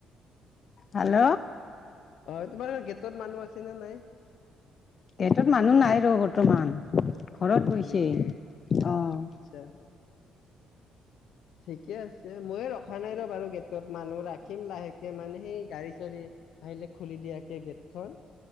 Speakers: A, on the left; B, on the left.
A: হেল্ল।
B: অ তোমাৰ গেটত মানুহ আছে নে নাই?
A: গেটত মানুহ নাই ৰ বৰ্তমান, ঘৰত
B: অ হয়
A: গৈছে
B: নেকি?
A: অঁ।
B: <unintelligible> ঠিকে আছে মইয়ো ৰখা নাই ৰ বাৰু গেটত মানুহ ৰাখিম লাহেকে মানে সেই গাড়ী চাড়ী আহিলে খুলি দিয়াকে গেটখন।